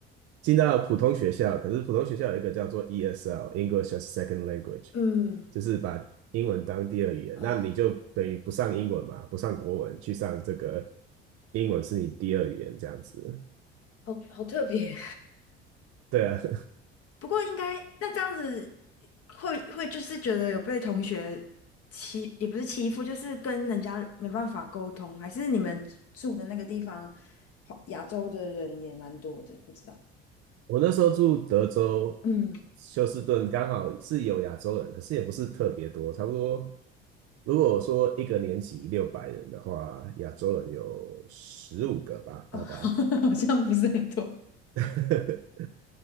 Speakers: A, on the right (about 50°); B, on the left (about 45°).
A: 进到普通学校，可是普通学校有一个叫做 ESL（English as Second Language），
B: 嗯，
A: 就是把英文当第二语言。
B: 啊、
A: 那你就等于不上英文嘛，不上国文，去上这个英文是你第二语言这样子。
B: 好好特别。
A: 对啊，<laughs>
B: <laughs> 不过应该那这样子会会就是觉得有被同学欺，也不是欺负，就是跟人家没办法沟通，还是你们住的那个地方，华亚洲的人也蛮多的，不知道。
A: 我那时候住德州
B: 嗯
A: 休斯顿，刚好是有亚洲人，可是也不是特别多，差不多。如果说一个年级六百人的话，亚洲人有十五个吧，
B: 哦，
A: 大概。
B: <laughs> 好像不是很多。
A: <laughs>